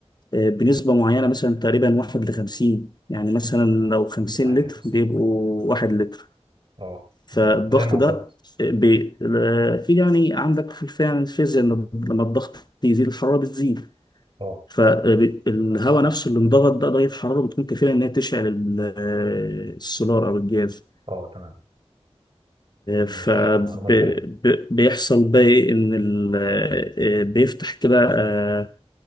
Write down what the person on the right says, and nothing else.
51
اه
مم. ايه مع الضغط
اه
اه تمام ماشي
معلومات حلوه